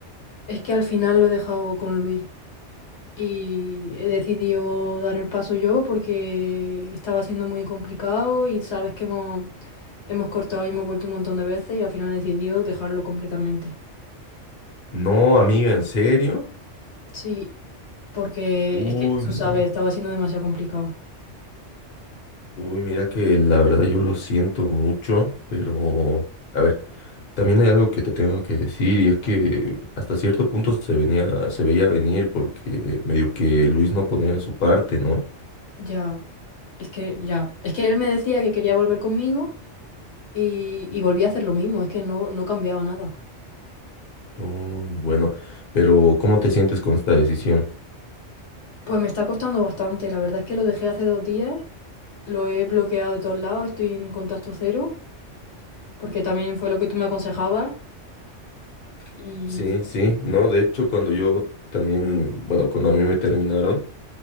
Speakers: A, on the left (about 70°); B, on the left (about 50°).
A: es que al final lo he dejado con Luis y he decidido dar el paso yo porque estaba siendo muy complicado y sabes que hemos, hemos cortado y hemos vuelto un montón de veces y al final he decidido dejarlo completamente.
B: No, amiga, ¿en serio?
A: Sí, porque
B: Uy,
A: es que tú
B: no.
A: sabes, estaba siendo demasiado complicado.
B: Uy, mira que la verdad yo lo siento mucho, pero a ver, también hay algo que te tengo que decir y es que hasta cierto punto se venía, se veía venir porque medio que Luis no ponía de su parte, ¿no?
A: Ya, es que ya, es que él me decía que quería volver conmigo y, y volví a hacer lo mismo, es que no, no cambiaba nada.
B: Uy, bueno, pero ¿cómo te sientes con esta decisión?
A: Pues me está costando bastante. La verdad es que lo dejé hace dos días, lo he bloqueado de todos lados, estoy en contacto cero, porque también fue lo que tú me aconsejabas. Y
B: Sí, sí, no, de hecho cuando yo también, bueno, cuando a mí me terminaron,